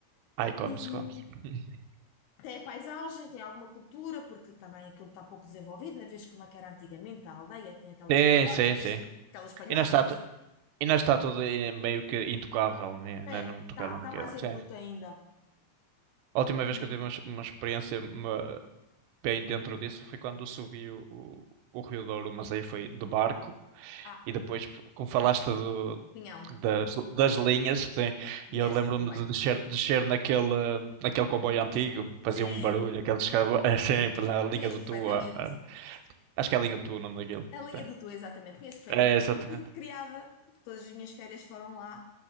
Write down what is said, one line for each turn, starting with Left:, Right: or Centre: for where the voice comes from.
Right: Ai,
Left: E
Right: come-se, come-se. <laughs>
Left: tem a paisagem, tem alguma cultura, porque também aquilo está pouco desenvolvido, na vez como é que era antigamente a aldeia, tinha aquelas
Right: Sim,
Left: palhotas,
Right: sim, sim.
Left: aquelas palhotas.
Right: E não está, e não está tudo eh, meio que intocável, né?
Left: É,
Right: Não, é não
Left: está
Right: tocaram naquilo.
Left: tá, tá mais em
Right: Sim.
Left: bruto ainda.
Right: A última vez
Left: Sim.
Right: que eu tive uma, uma experiência uma- bem dentro disso foi quando subi o, o, o Rio Douro, mas aí foi de barco.
Left: Ah,
Right: E depois, tipo, como falaste do,
Left: Pinhão.
Right: das, das linhas, sim,
Left: Vieste,
Right: e eu lembro-me
Left: não vai.
Right: de descer, descer naquele, naquele comboio antigo, fazia
Left: Sim,
Right: um barulho, aqueles que <laughs> é sempre na <laughs> linha
Left: eu conheço
Right: do
Left: perfeitamente.
Right: Tua. ah, ah, Acho que é a linha do Tua o nome daquilo.
Left: A linha
Right: sim.
Left: do Tu, exatamente, conheço perfeitamente,
Right: É, exatamente.
Left: fui criada, todas as minhas férias foram lá,